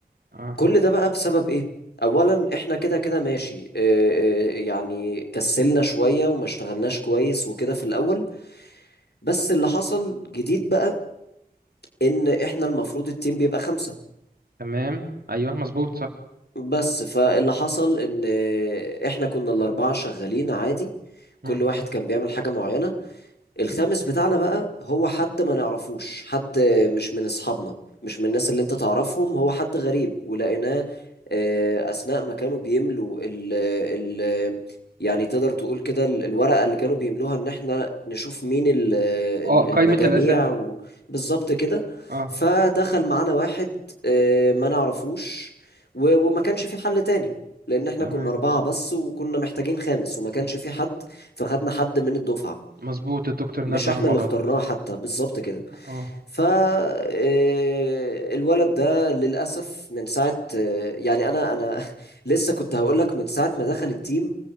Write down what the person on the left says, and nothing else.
كل ده بقى بسبب ايه؟ اولا احنا كده كده ماشي اه اه يعني كسلنا شوية وما اشتغلناش كويس وكده في الاول بس اللي حصل جديد بقى ان احنا المفروض التيم بيبقى خمسة
بس فاللي حصل ان آه، احنا كنا الاربعة شغالين عادي
كل واحد كان بيعمل حاجة معينة الخامس بتاعنا بقى هو حد ما نعرفوش حد مش من اصحابنا مش من الناس اللي انت تعرفهم هو حد غريب ولقيناه آه، اثناء ما كانوا بيملوا ال ال يعني تقدر تقول كده ال- الورقة اللي كانوا بيملوها ان احنا نشوف مين ال- ال-
المجاميع
و- بالظبط كده
فدخل معانا واحد آه، ما نعرفوش و- وما كانش في حل تاني لان احنا
كنا اربعة بس وكنا محتاجين خامس وما كانش
في حد فخدنا حد من الدفعة
مش
احنا
اللي اخترناه
حتى بالظبط كده
ف آه، الولد ده للاسف من ساعه آه، يعني انا انا <laughs> لسه كنت هقول لك من ساعه ما دخل التيم